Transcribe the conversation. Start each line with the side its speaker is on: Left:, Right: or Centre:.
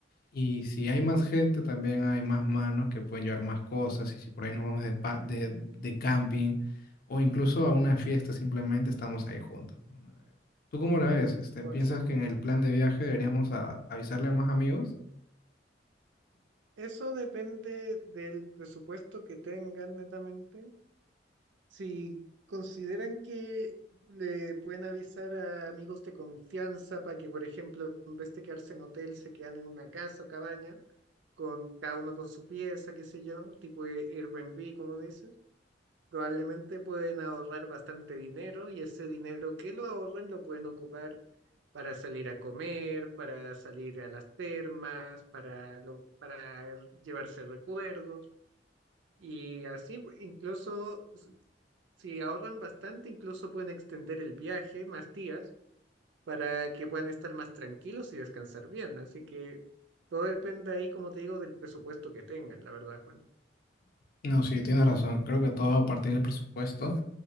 Left: Y si hay más gente, también hay más manos que pueden llevar más cosas. Y si por ahí nos vamos de, pa- de, de camping o incluso a una fiesta, simplemente estamos ahí juntos. ¿no? ¿Tú cómo la ves? Este,
Right: Por
Left: ¿piensas
Right: su-
Left: que en el plan de viaje deberíamos a- avisarle a más amigos?
Right: Eso depende del presupuesto que tengan netamente. Si consideran que le pueden avisar a amigos de confianza para que, por ejemplo, en vez de quedarse en hotel, se quedan en una casa o cabaña con cada uno con su pieza, qué sé yo, tipo de Airbnb, como dices, probablemente pueden ahorrar bastante dinero y ese dinero que lo ahorren lo pueden ocupar para salir a comer, para salir a las termas, para, lo- para llevarse recuerdos y así pu- incluso s- si ahorran bastante, incluso pueden extender el viaje más días para que puedan estar más tranquilos y descansar bien. Así que todo depende ahí, como te digo, del presupuesto que tengan, la verdad, Juan.
Left: No, sí, tienes razón. Creo que todo va a partir del presupuesto.